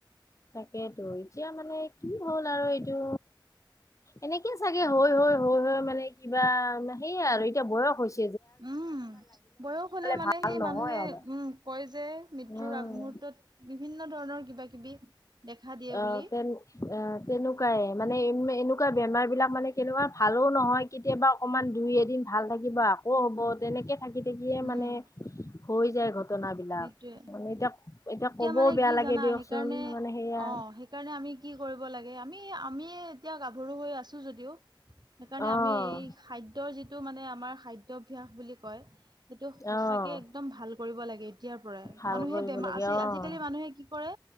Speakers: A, on the left; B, on the right.
A: তাকেইেতো, এতিয়া মানে কি হ'ল আৰু এইটো এনেকে চাগে হৈ হৈ, হৈ হৈ মানে কিবা মানে সেইয়া আৰু এতিয়া বয়স হৈছ
B: উম, বয়স হলে মানে
A: ভাল
B: সেই
A: নহয়
B: মানুহে
A: আৰু
B: উম, কয় যে মৃত্যুৰ
A: উম
B: আগমুহুত তাত বিভিন্ন ধৰণৰ কিবা কিবি দেখা দিয়ে
A: অ'
B: বুলি
A: তেন, অ তেনেকুৱাই, মানে এম এ এনেক কুৱা বেমাৰবিলাক মানে কেনেকুৱা ভালো নহয়, কেতিয়াবা অকমান দুই এদিন ভাল থাকিব আকৌ হ'ব, তেনেকে থাকি থাকিয়ে
B: উম
A: মানে হৈ যায় ঘট টনা বিলাক।
B: সেইটোৱে
A: মানে এতিয়া এতিয়া কবও
B: মানে
A: বেয়া
B: কি
A: লাগে
B: জানা
A: দিয়কচোন,
B: সেইকাৰণে
A: মানে সেয়া
B: অ সেইকাৰণে আমি কি কৰিব লাগে, আমি আমি এতিয়া গাভৰু হৈ আছোঁ যদিও সেইকাৰণে
A: অ'
B: আমি এই সাদ্য যিটো মানে আমাৰ সাদ্যাভ্যাস বুলি কয় সেইটো সঁচাকে
A: অ'
B: একদম ভাল কৰিব লাগে এতিয়াৰ পৰাই।
A: ভাল
B: মানুহে
A: কৰিব
B: বেমাৰ
A: লাগে
B: আছি
A: অ'
B: আজিকালি মানুহে কি কৰে